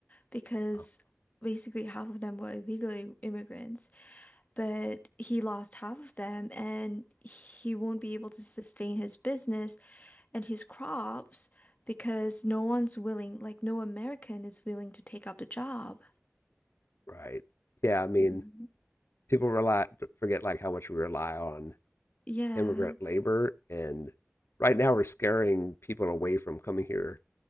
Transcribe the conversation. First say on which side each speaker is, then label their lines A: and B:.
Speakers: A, on the left (about 40°); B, on the left (about 75°).
A: because
B: Wow.
A: basically half of them were illegal immigrants, but he lost half of them and he won't be able to sustain his business and his crops because no one's willing, like no American is willing to take up the job.
B: Right. Yeah, I mean,
A: Mhm.
B: people rely forget like how much we rely on
A: Yeah.
B: immigrant labor, and right now we're scaring people away from coming here